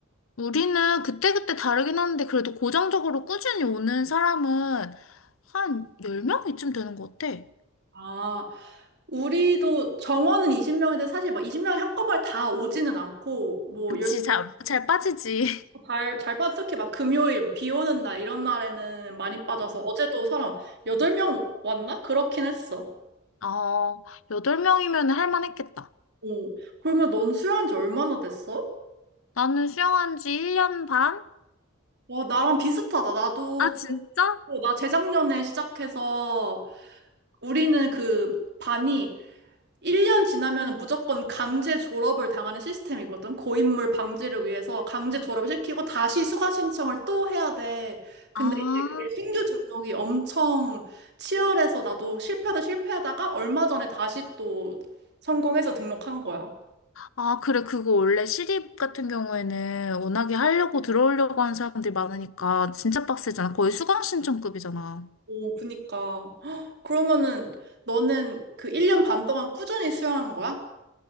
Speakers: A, on the left; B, on the right.
A: 우리는 그때그때 다르긴 하는데 그래도 고정적으로 꾸준히 오는 사람은 한 10명 이쯤 되는 것 같아.
B: 아, 우리도 정원은 20명인데 사실 막 20명이 한꺼번에 다 오지는 않고 뭐
A: 그치, 잘, 잘 빠지지.
B: 잘, 잘 빠져. 특히 막 금요일, 뭐비 오는 날, 이런 날에는 많이 빠져서 어제도 사람 8명 왔나? 그렇긴 했어.
A: 어, 여덟 명이면 할 만했겠다.
B: 어. 그러면 넌 수영한 지 얼마나 됐어?
A: 나는 수영한 지 1년 반?
B: 와, 나랑 비슷하다. 나도,
A: 아,
B: 제-
A: 진짜?
B: 어, 나 재작년에 시작해서 우리는 그 반이 1년 지나면 무조건 강제 졸업을 당하는 시스템이거든. 고인물 방지를 위해서 강제 졸업을 시키고 다시 수강 신청을 또 해야 돼. 근데
A: 아,
B: 이제 그게 신규 등록이 엄청 치열해서 나도 실패하다 실패하다가 얼마 전에 다시 또 성공해서 등록한 거야.
A: 아, 그래. 그거 원래 시립 같은 경우에는 워낙에 하려고 들어오려고 하는 사람들이 많으니까 진짜 빡세잖아. 거의 수강 신청급이잖아.
B: 오, 그니까. <gasps> 헉, 그러면은 너는 그 1년 반 동안 꾸준히 수영한 거야?